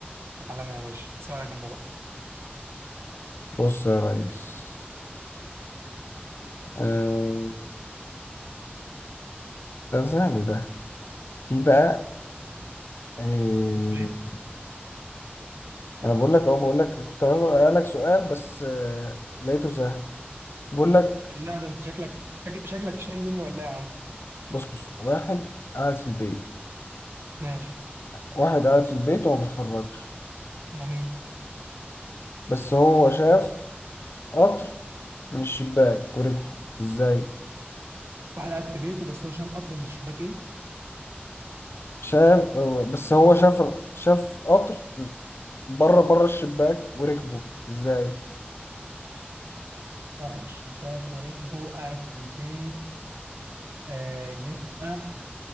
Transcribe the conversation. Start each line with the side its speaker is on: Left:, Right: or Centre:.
Right: عالمي يا باشا سؤالك انت بقى
Left: بص يا ريس آه، ده سهل ده في بقى آه،
Right: بتقول ايه؟
Left: انا بقول لك اهو بقول لك كنت عاوز اسالك سؤال بس آه، لقيته سهل بقول لك
Right: لا ده انت شكلك شك- شكلك شايل مني ولا إيه يا عم
Left: بص بص واحد قاعد في البيت
Right: ماشي
Left: واحد قاعد في البيت وما بيتحركش
Right: جميل
Left: بس هو شاف قطر من الشباك وركبه ازاي
Right: واحد قاعد في بيته بس هو شاف قطر من الشباك ايه
Left: شاف بس هو شاف شاف قطر بره بره الشباك وركبه ازاي
Right: بره الشباك وركبه قاعد في البيت آه يبقى